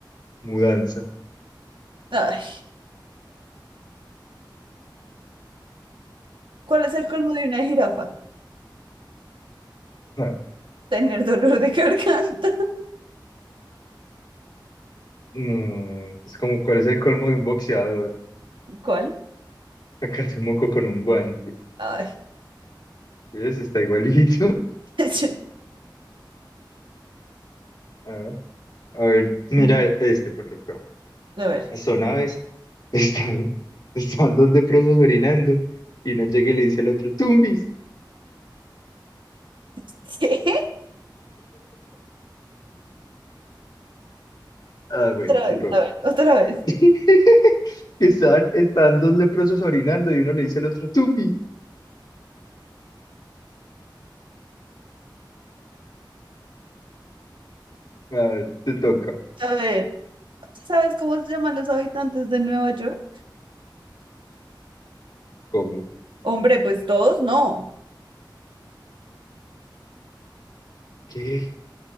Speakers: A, on the left (about 55°); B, on the right (about 80°).
A: Mudanza.
B: Ay, ¿cuál es el colmo de una jirafa?
A: Ah,
B: Tener dolor de garganta. <laughs>
A: No, es como, ¿cuál es el colmo de un boxeador?
B: ¿Cuál?
A: <laughs> Sacarse un moco con un guante.
B: Ay,
A: Ese está igualito. <laughs>
B: <laughs> yo-
A: Ah, a ver, mira
B: mm,
A: este, por lo que...
B: a ver.
A: Son aves <laughs> Están, están dos leprosos orinando y uno llega y le dice al otro, Tumbis.
B: <laughs> ¿Qué?
A: Ah, bueno,
B: Otra
A: te
B: vez,
A: toca.
B: a ver, otra vez.
A: <laughs> Están, están dos leprosos orinando y uno le dice al otro, Tumbis. Ah, te toca.
B: A ver, ¿sabes cómo se llaman los habitantes de Nueva York?
A: ¿Cómo?
B: Hombre, pues todos no. <laughs>
A: ¿Qué?